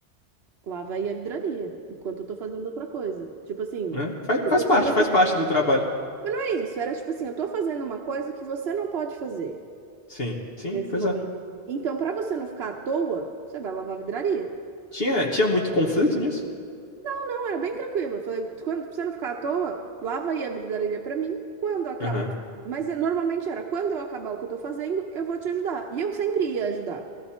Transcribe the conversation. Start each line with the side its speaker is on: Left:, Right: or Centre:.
Right: Lava aí a vidraria, enquanto eu tô fazendo outra coisa. Tipo assim,
Left: né? Faz,
Right: eu
Left: faz
Right: tô
Left: parte,
Right: fazendo.
Left: faz parte do trabalho.
Right: Mas não é isso, era tipo assim, eu tô fazendo uma coisa que você não pode fazer.
Left: Sim, sim,
Right: nesse
Left: pois
Right: momento.
Left: é.
Right: Então, para você não ficar à toa, você vai lavar a vidraria.
Left: Tinha, tinha muito conflito nisso?
Right: Então, era bem tranquilo. Eu falei, quando pra você não ficar à toa, lava aí a vidraria para mim. Quando acabar.
Left: Aham.
Right: Mas eh, normalmente era, quando eu acabar o que eu tô fazendo, eu vou te ajudar. E eu sempre ia ajudar.